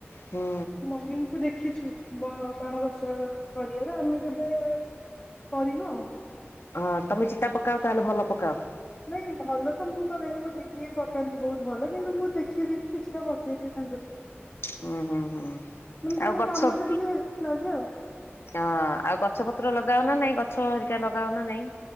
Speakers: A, on the left; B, on the left.
A: ହୁଁ
B: ମମିଙ୍କୁ ଦେଖିଛୁ? ବ ମାଣବସା କରିବାର ଆମେ କେବେ କରିନୁ ଆଉ।
A: ହଁ, ତମେ ଚିତା ପକାଅ ତାହେଲେ ଭଲ ପକାଅ?
B: ନାଇଁ ଭଲ ତ ମୁଁ ପକାଏନି ମୋ ଦିଦି ପକାନ୍ତି ବହୁତ ଭଲ କିନ୍ତୁ ମୁଁ ଦେଖି ଦେଖି କିଛିଟା ପକ ଦେଇଦିଏ ତାଙ୍କଠୁ,
A: ହୁଁ ହୁଁ ହୁଁ।
B: ମାନେ
A: ଆଉ
B: ତାଙ୍କ
A: ଗଛ
B: କାମରେ
A: ହଁ
B: ଟିକେ ଲାଗେ ଆଉ।
A: ଆଉ ଗଛ ପତ୍ର ଲଗାଅ ନା ନାଇଁ ଗଛ ହେରିକା ଲଗାଅ ନା ନାଇଁ?